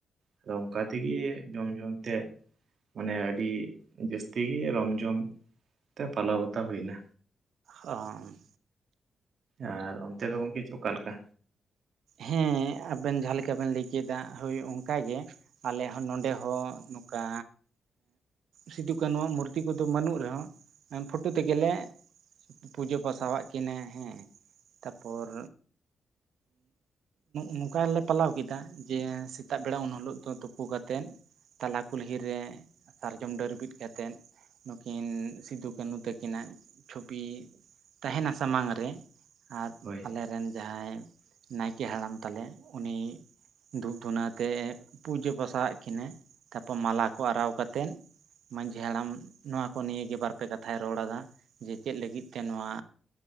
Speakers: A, on the right; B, on the right.
A: ᱟᱫᱚ ᱚᱱᱠᱟ ᱛᱮᱜᱮ ᱡᱚᱢ ᱡᱚᱢ ᱛᱮ ᱢᱟᱱᱮ ᱟᱹᱰᱤ ᱡᱟᱹᱥᱛᱤ ᱜᱮ ᱨᱚᱢ ᱡᱷᱚᱢ ᱛᱮ ᱯᱟᱞᱟᱣ ᱵᱟᱛᱟᱣ ᱦᱩᱭᱱᱟ᱾
B: ᱚᱸ
A: ᱟᱨ ᱚᱱᱛᱮ ᱫᱚ ᱜᱚᱝᱠᱮ ᱚᱠᱟ ᱞᱮᱠᱟ?
B: ᱦᱮᱸ ᱟᱵᱮᱱ ᱡᱟᱦᱟᱸ ᱞᱮᱠᱟ ᱵᱮᱱ ᱞᱟᱹᱭ ᱠᱮᱫᱟ ᱦᱳᱭ ᱚᱱᱠᱟ ᱜᱮ ᱟᱞᱮ ᱦᱚᱸ ᱱᱚᱰᱮ ᱦᱚᱸ ᱱᱚᱠᱟ ᱥᱤᱫᱩ ᱠᱟᱱᱩ ᱣᱟᱜ ᱢᱩᱨᱛᱤ ᱠᱚᱫᱚ ᱵᱟᱹᱱᱩᱜ ᱨᱮᱦᱚᱸ ᱯᱷᱳᱴᱳ ᱛᱮᱜᱮ ᱞᱮ ᱯᱩᱡᱟᱹ ᱯᱟᱥᱟᱼᱟᱜ ᱠᱤᱱᱟᱹ ᱦᱮᱸ ᱛᱟᱯᱚᱨ ᱱᱚᱝᱠᱟ ᱞᱮ ᱯᱟᱞᱟᱣ ᱠᱮᱫᱟ ᱡᱮ ᱥᱮᱛᱟᱜ ᱵᱮᱲᱟ ᱩᱱᱦᱤᱞᱚᱜ ᱫᱚ ᱛᱩᱯᱩ ᱠᱟᱛᱮ ᱛᱟᱞᱟ ᱠᱩᱞᱦᱤ ᱨᱮ ᱥᱟᱨᱡᱚᱢ ᱰᱟᱹᱨ ᱵᱤᱫ ᱠᱟᱛᱮᱫ ᱱᱩᱠᱤᱱ ᱥᱤᱫᱩ ᱠᱟᱹᱱᱦᱩ ᱛᱟᱹᱠᱤᱱᱟᱜ ᱪᱷᱚᱵᱤ ᱛᱟᱦᱮᱱᱟ ᱥᱟᱢᱟᱝ ᱨᱮ ᱟᱨ
A: ᱦᱳᱭ
B: ᱟᱞᱮ ᱨᱮᱱ ᱡᱟᱦᱟᱸᱭ ᱱᱟᱭᱠᱮ ᱦᱟᱲᱟᱢ ᱛᱟᱞᱮ ᱩᱱᱤ ᱫᱷᱩᱯ ᱫᱷᱩᱱᱟᱹᱣ ᱛᱮ ᱯᱩᱡᱟᱹ ᱯᱟᱥᱟᱣᱟᱜ ᱠᱤᱱᱟᱹ ᱛᱟᱯᱚᱨ ᱢᱟᱞᱟ ᱠᱚ ᱟᱨᱟᱣ ᱠᱟᱛᱮᱫ ᱢᱟᱹᱡᱷᱤ ᱦᱟᱲᱟᱢ ᱱᱚᱣᱟ ᱠᱚ ᱱᱤᱭᱟᱹ ᱜᱮ ᱵᱟᱨ ᱯᱮ ᱠᱟᱛᱷᱟᱭ ᱨᱚᱲ ᱟᱫᱟ ᱡᱮ ᱪᱮᱫ ᱞᱟᱹᱜᱤᱫ ᱛᱮ ᱱᱚᱣᱟ